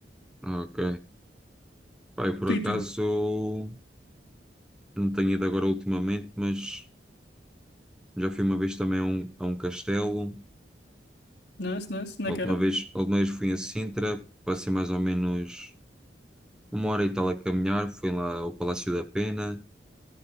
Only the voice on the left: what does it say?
Tu
e tu.
Não é? Não é? Não
é que
era?